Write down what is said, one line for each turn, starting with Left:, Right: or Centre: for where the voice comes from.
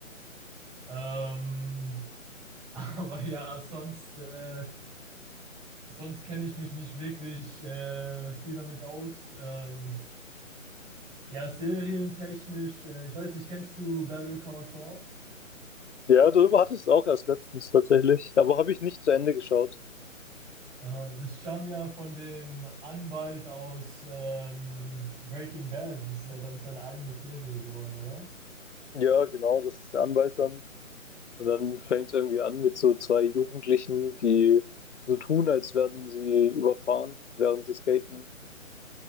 Right: Ähm, <laughs> aber ja, sonst. Äh, Sonst kenne ich mich nicht wirklich äh, viel damit aus. Ähm, ja, serientechnisch, äh, ich weiß nicht, kennst du Better Call Saul?
Left: Ja, darüber hatte ich es auch erst letztens tatsächlich, aber habe ich nicht zu Ende geschaut.
Right: Aha, das stammt ja von dem Anwalt aus ähm, Breaking Bad. Das ist ja dann seine eigene Serie geworden, oder?
Left: Ja, genau, das ist der Anwalt dann. Und dann fängt es irgendwie an mit so zwei Jugendlichen, die so tun, als werden sie überfahren, während sie skaten.